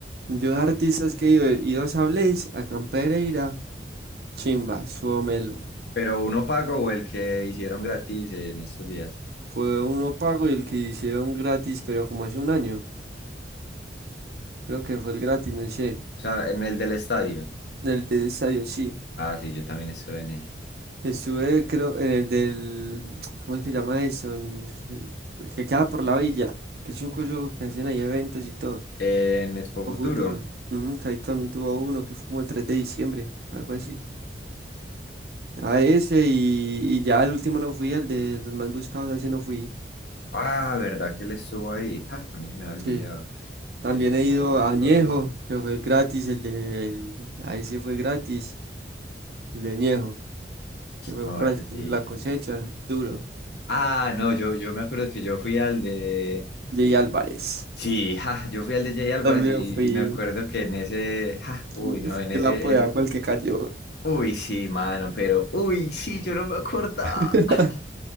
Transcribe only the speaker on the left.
Pero uno pago o el que hicieron gratis en estos días.
O sea, en el del estadio.
Ah, sí, yo también estuve en ese.
En Expo
Futuro.
Ah, ¿verdad que le estuvo ahí? Ja, a mí se me había olvidado
de los
más buscados.
No,
ese
sí.
Ah, no, yo, yo me acuerdo que yo fui al de...
Sí, ja, yo fui al de Jay Álvarez
y,
y me acuerdo que en ese... Ja, uy,
no, en ese...
en-
Uy, sí, mano, pero... Uy, sí, yo no me acordaba.
<laughs>